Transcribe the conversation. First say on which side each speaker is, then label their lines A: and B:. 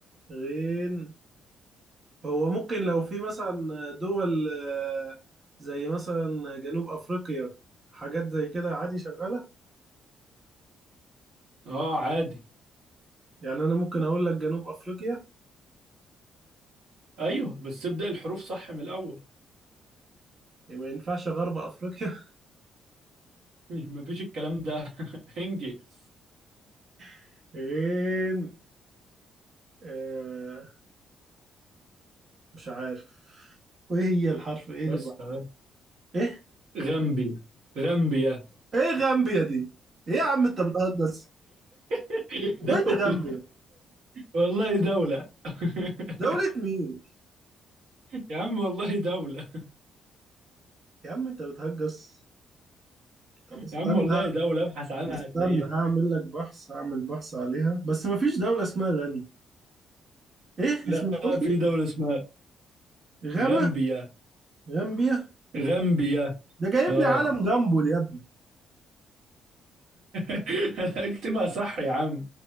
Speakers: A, on the right; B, on the right.
A: غين هو ممكن لو في مثلا دول آه، زي مثلا جنوب افريقيا حاجات زي كده عادي شغالة
B: اه عادي
A: يعني انا ممكن اقول لك جنوب افريقيا
B: ايوه بس ابدأ الحروف صح من الاول
A: إيه، ما ينفعش غرب افريقيا
B: <laughs> مفيش الكلام ده <laughs> انجز
A: <laughs> غين آه مش عارف ايه هي الحرف ايه
B: بس
A: اللي بعد
B: تمام
A: ايه
B: غامبيا غامبيا
A: ايه غامبيا دي ايه يا عم انت بتهجس
B: <laughs>
A: وين
B: دولة
A: غامبيا
B: والله دولة <laughs>
A: دولة مين
B: يا عم والله دولة
A: يا عم انت بتهجس طب استنى
B: يا عم والله دولة ابحث عنها
A: استنى
B: هتلاقيها
A: هعمل لك بحث هعمل بحث عليها بس مفيش دولة اسمها غني ايه
B: لا
A: اسم انت قلت
B: في
A: ايه
B: دولة اسمها
A: غاما
B: غامبيا
A: غامبيا
B: غامبيا
A: ده جايب
B: اه
A: لي علم جامبول يا ابني
B: <laughs> اكتبها صح يا عم